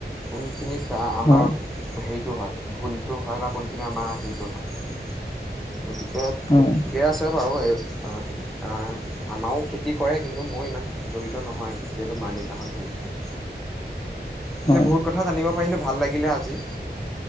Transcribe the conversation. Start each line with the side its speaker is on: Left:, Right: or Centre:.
Centre: কোনখিনিত তে আ-আমাৰো
Left: হয়
Centre: হেইটো হয়, ভুলটো হয় বা কোনখিনি আমাৰ হেইটো হয়। গতিকে
Left: হয়
Centre: ঠি-ঠিকে আছে বাৰু এই অ' আ-আমাও খেতি কৰে কিন্তু মই ইমান জড়িত নহয় যিহেতু মা দেউতাহত জড়িত। কিন্তু
Left: হয়
Centre: বহুত কথা জানিব পাইলো ভাল লাগিলে আজি।